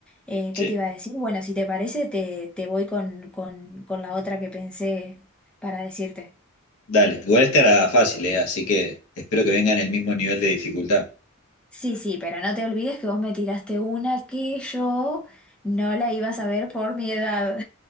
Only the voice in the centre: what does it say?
Eh,
¿qué te iba a decir? Bueno, si te parece, te, te voy con, con, con la otra que pensé para decirte.
Sí, sí, pero no te olvides que vos me tiraste una que yo no la iba a saber por mi edad.